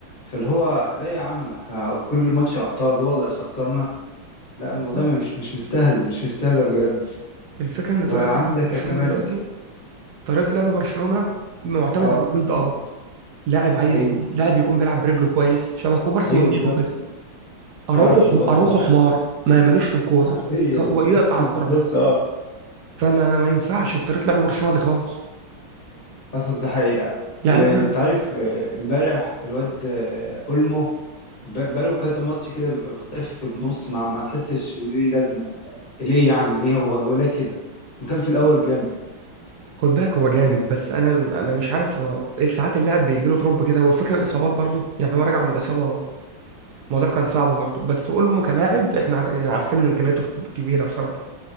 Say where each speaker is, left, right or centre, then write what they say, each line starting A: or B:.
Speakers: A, on the left (about 30°); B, on the right (about 75°).
A: فاللي هو لا يا عم احنا كل ماتش ابطال هو اللي هيخسرنا لا
B: بالظبط
A: والله ما- مش مش مستاهل مش مستاهله بجد
B: الفكرة ان
A: وعندك
B: طريقة لعب برشلونة
A: كمان
B: دلوقتي طريقة لعب برشلونة معتمد
A: اه
B: على البيلد اب لاعب عايز
A: ايوه
B: لاعب يكون بيلعب برجله كويس شبه كوبارسي
A: ايوه
B: وانيجو
A: بالظبط
B: كده اروخو
A: يعرف يباصي
B: حم... اروخو حمار ما ملوش في الكورة
A: حرفيا
B: هو يقطع
A: <laughs> بالظبط
B: الكورة بس
A: اه
B: فما ما ينفعش في طريقه لعب برشلونه دي خالص
A: حصل ده حقيقه
B: يعني
A: وتعرف
B: احنا
A: آه، امبارح الواد آه، اولمو ب- بقاله كذا ماتش كده بيبقى مختفي في النص ما, ما تحسش ليه لازمة ليه يعني ليه هو هو ليه كده ما كان في الأول جامد
B: خد بالك هو جامد بس انا انا مش عارف هو ايه ساعات اللاعب بيجي له دروب كده والفكره الاصابات برضو يعني هو راجع من الاصابه الموضوع كان صعب برضو بس اولمو كلاعب احنا عار- عارفين ان امكانياته كت- كبيره بصراحه